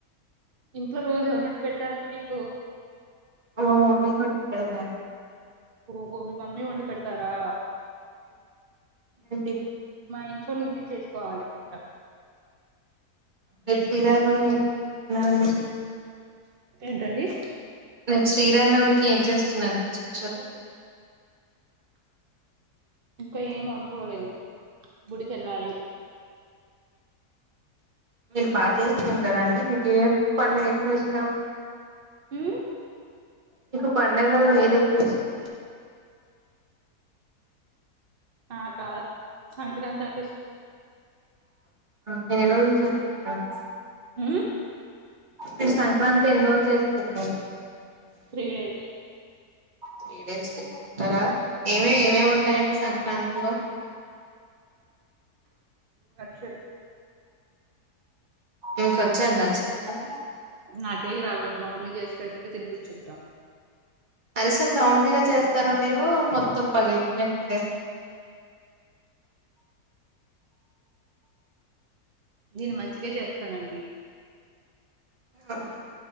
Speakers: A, on the right (about 55°); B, on the right (about 30°).
A: ఇంట్లో రోజు ఎవరు వండి పెడతారు అండి మీకు.
B: మా మమ్మీ వండి పెడుతుంది.
A: ఓహో మీ మమ్మీ వండి పెడతారా.
B: ఉమ్
A: మా ఇంట్లో నేనే చేస్త. కాలి వంట.
B: రేపు శ్రీరామనవమి నవమి.
A: ఏంటండి.
B: రేపు శ్రీరామనవమికి ఏం చేస్తున్నానండి స్పెషల్.
A: ఇంకా ఏమనుకోలేదు గుడికి వెళ్ళాలి.
B: మీరు బాగా చేసుకుంటారా అండి. మీకు ఏ పండుగ ఎక్కువ ఇష్టం.
A: ఉమ్.
B: మీకు పండగలలో ఏది ఎక్కువ ఇష్టం.
A: నాకా సంక్రాంతి అంటే ఇష్టం.
B: నేను రోజు చేసుకుంటా తెలుసా.
A: ఉమ్.
B: మీరు సంక్రాంతి ఎన్ని రోజులు చేసుకుంటారండి.
A: Three days.
B: త్రీ డేస్ చేసుంటారా ఏమేం. ఏమేం ఉంటాయండి సంక్రాంతిలో.
A: లక్షలు.
B: మీకు వచ్చాయ లక్షలు.
A: నాకేవీ రావండి మా మమ్మీ చేసి పెడుతుంటే తిని కూర్చుంటా.
B: అరిసెలు రౌండ్ గా చేస్తారా మీరు మొత్తం పగిలిపోయినట్లు చేస్తారా.
A: నేను మంచిగా చేస్తానండి.
B: అవునా